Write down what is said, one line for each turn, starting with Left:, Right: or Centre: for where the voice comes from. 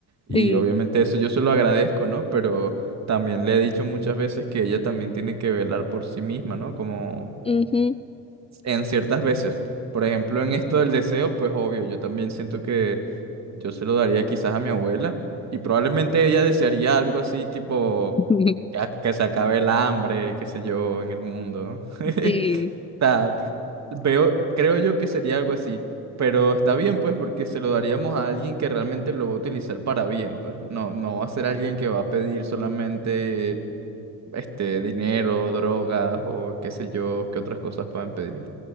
Right: Y
Left: sí.
Right: obviamente eso yo se lo agradezco, ¿no? Pero también le he dicho muchas veces que ella también tiene que velar por sí misma, ¿no? Como
Left: Ujú.
Right: en ciertas veces. Por ejemplo, en esto del deseo, pues obvio, yo también siento que yo se lo daría quizás a mi abuela y probablemente ella desearía algo así tipo
Left: <laughs>
Right: ya que se acabe el hambre, qué sé yo, en el mundo. <laughs>
Left: Sí,
Right: O sea, veo, creo yo que sería algo así, pero está bien pues porque se lo daríamos a alguien que realmente lo va a utilizar para bien, pues. No, no va a ser alguien que va a pedir solamente este dinero, drogas o qué sé yo, qué otras cosas puedan pedir.